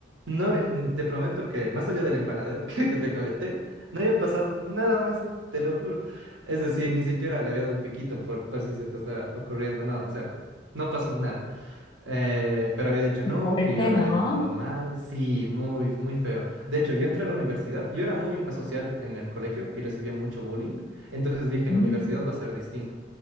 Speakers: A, on the right; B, on the left.
A: no había- mm, te prometo que, más allá del empanadeo <laughs> que, que te comenté, no había pasado nada más, te lo juro. Es decir, ni siquiera le había dado un piquito por, por si se te está ocurriendo, no, o sea, no pasó nada. Eh, pero había dicho
B: qué
A: no,
B: fuerte,
A: que yo la
B: ¿no?
A: había tratado mal, sí, muy, muy feo. De hecho, yo entré a la universidad, yo era muy asocial en el colegio y recibía mucho bullying, entonces dije,
B: Mm.
A: en la universidad va a ser distinto.